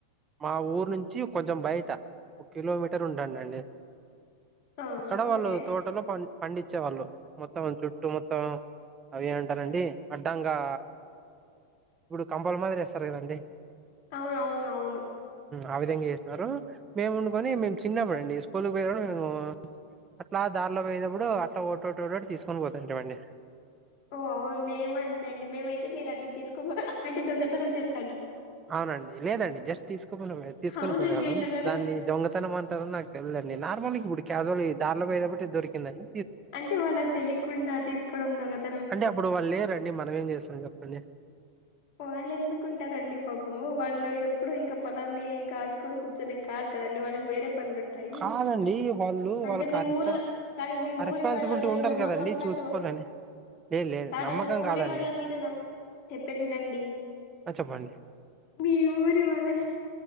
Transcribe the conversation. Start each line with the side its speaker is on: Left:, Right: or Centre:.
Right: మా ఊరు నుంచి కొంచెం బయట ఒక కిలోమీటర్ ఉంట అండి
Left: అవును
Right: అక్కడ వాళ్ళు
Left: ఓకే
Right: తోటలో పండ్ పండించేవాళ్ళు మొత్తం చుట్టూ మొత్తం అవి ఏ అంటారండి అడ్డంగా ఇప్పుడు కంబల్ మాదిరి వేస్తారు కదండి
Left: అవును అవును అవును
Right: ఆ విధంగా చేస్తున్నారు మేము వండుకొన్ని
Left: ఆ,
Right: మేము చిన్నపోయితీసుకు కులి పోయడు మేము అట్లా దారిలో పోయేనప్పుడు ఇప్పుడు అట్ట ఒకటోటి తీసుకొని పోతాంటవండి
Left: ఓ మేము అంతే అండి మేమైతే మీరు అట్ల తీసుకోక పోతే అంటే దొంగతనం చేస్త
Right: అవునండి లేదండి జస్ట్ తీసుకుని పో తీసుకొని
Left: అవునండి
Right: పోయేగళ్లం
Left: అంటున్నారు
Right: దాన్ని దొంగతనం అంటారు నాకు తెలిలేదు నార్మల్ ఇప్పుడు క్యాజువల్ ఈ దార్లో పోయిదట్టి దొరికిందని
Left: అంటే వాళ్ళకి తెలియకుండా తీసుకోవడం దోగతన
Right: అంటే అప్పుడు వాళ్ళు లేరండి మనం ఎంచేస్తాం చెప్పండి అ <unintelligible>
Left: వాళ్ళు ఎందుకుంటారండి పాపము వాళ్ళు ఎప్పుడు ఇంకా పొలాన్ని కాసుకొని కూర్చొనే కాదు కదండి వాళ్ళకి వేరే పనులుంటాయి
Right: కాదండి వాళ్ళు
Left: అంటే
Right: వాళ్ళ
Left: మీ
Right: ఆ రెస్పా
Left: ఊర్లో కాదు మీ
Right: ఆ
Left: ఊరి
Right: రెస్పాన్సిబిలిటీ
Left: వాళ్ళ మీద
Right: ఉండాలి
Left: నమ్మకంతో
Right: కదండి చూసుకోవాలని
Left: అట్
Right: లేదు లేదు
Left: కాదు
Right: నమ్మకం
Left: మీ ఊరి
Right: కాదండి
Left: వాళ్ళ మీద నమ్ చెట్ వినండి
Right: ఆ చెప్పండి
Left: మీఊరి వాళ్ళు